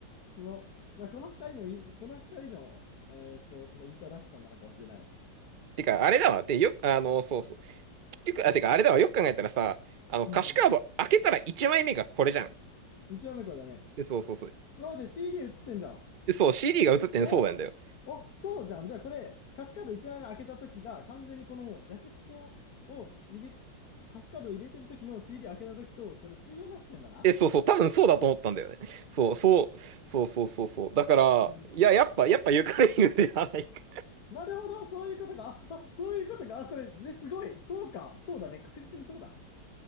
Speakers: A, on the left (about 55°); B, on the right (about 55°).
A: その、だからこの2人のイン、この二人の、えーっと、そのインタラクションなのかもしれない。
B: てか、あれだわ。てよ、あの、そうそう。結局、あ、てか、あれだわ。よく考えたらさ、あの、
A: うんう
B: 歌詞カード開けたら1枚目がこれじゃん。
A: ん。1枚目これだね。
B: で、そうそうそう。
A: あ、で CD 映ってんじゃん。
B: で、そう、CD が映ってんのそうなんだよ。
A: おお、そうじゃん。じゃあこれ、歌詞カード1枚目開けた時が、完全にこのジャケットを入れ、歌詞カードを入れてる時の CD 開けた時と、これ対応なしてんだな。
B: え、そうそう、多分そうだと思ったんだよね。そう、そう、そうそうそうそう。だから、
A: うん
B: いや、やっぱ、やっぱゆかり言うではないか。
A: なるほど、そういうことか。あ、あ、そういうことか。あ、これ、え、すごい。そうか。そうだね。確実にそうだ。